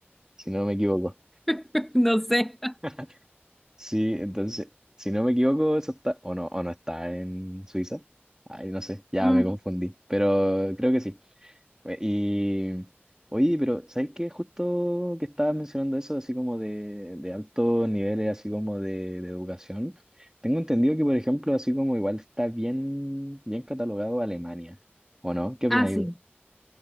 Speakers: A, on the right; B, in the centre.
A: Si no me equivoco.
B: <laughs> No sé.
A: <laughs> Sí, entonces, si no me equivoco, eso está, o no, o no está en Suiza. Ay, no sé, ya
B: Mm,
A: me confundí, pero creo que sí. Y, oye, pero ¿sabes qué? Justo que estabas mencionando eso, así como de, de altos niveles, así como de, de educación, tengo entendido que, por ejemplo, así como igual está bien, bien catalogado Alemania, ¿o no? ¿Qué opináis?
B: ah, sí.
A: de-